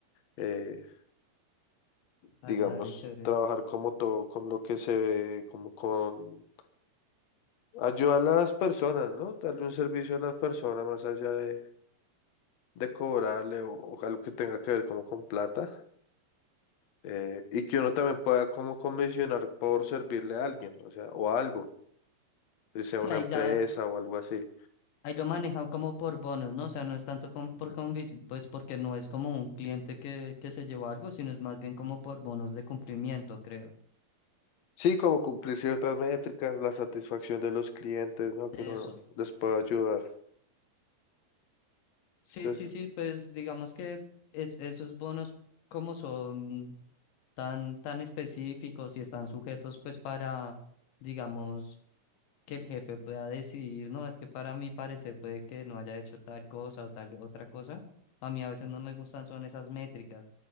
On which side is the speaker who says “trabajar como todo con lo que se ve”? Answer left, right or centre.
Left